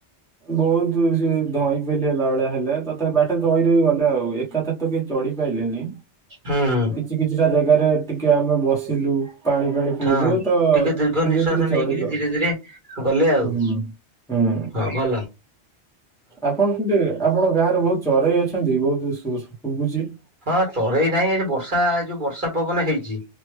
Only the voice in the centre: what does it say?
ବହୁତ ସ ଧଇଁ ପେଲି ହେଲା ଭଳିଆ ହେଲେ ତ ତା ବାଟରେ ରହି ରହି ଗଲେ ଆଉ। ଏ ଏକା ଥରେ ତ କେହି ଚଢିପାଇଲେନି
କିଛି କିଛିଟା ଜାଗାରେ ଟିକେ ଆମେ ବସିଲୁ। ପାଣି ଫାଣି ପିଇଲୁ
ତ
ଧୀରେ
ଧୀରେ ଚଢିଲୁ
ଆଉ
ହୁଁ ହୁଁ
ଆପଣ ସେଠି ଆପଣଙ୍କ ଗାଁ ରେ ବହୁତ ଚରେଇ ଅଛନ୍ତି ବହୁତ ଶୁବୁଛି।